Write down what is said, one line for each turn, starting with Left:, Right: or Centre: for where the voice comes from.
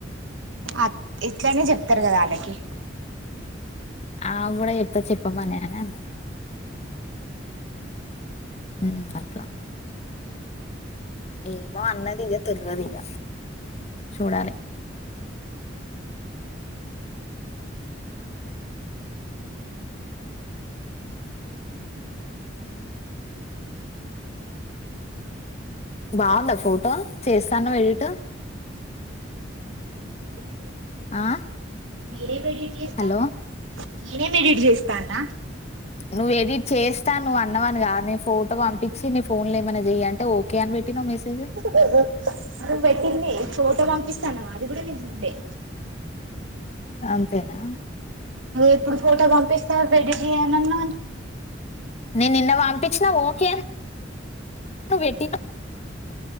Right: అ ఇట్లనే చెప్తారు కదా వాళ్ళకి
Left: ఆవకు కూడా చెప్తా చెప్పమని అని అన్నది ఉమ్ అట్లా ఏమో అన్నదిగ తెలువది ఇగ చూడాలి బావుందా ఫోటో చేస్తా అన్నావు ఎడిట్
Right: <inaudible>
Left: ఆ
Right: మీరే ఎడిట్ చేస్తాన్న
Left: హలో
Right: నేనేం ఎడిట్ చేస్తాన్నా
Left: నువ్వు ఎడిట్ చేస్తాను నువ్వు అన్నవని కాదు నేను ఫోటో పంపించి నీ ఫోన్ లో ఏమైనా చెయ్యి అని ఓకే పెట్టినవ్ మెసేజ్
Right: నువ్వు పెట్టింది ఫోటో పం పిస్తానవా అది కూడా నేను చూళ్ళే
Left: అంతేనా
Right: ఇప్పుడు ఫోటో పంపిస్తా ఎడిట్ చేయనన్నా
Left: నేను నిన్న పంపించినా ఓకే అని నువ్ పెట్టినవ్